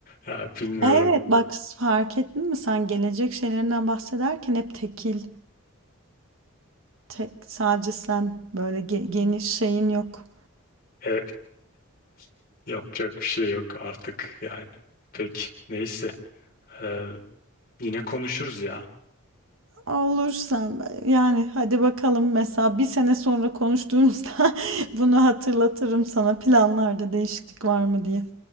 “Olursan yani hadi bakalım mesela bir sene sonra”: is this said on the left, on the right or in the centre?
Right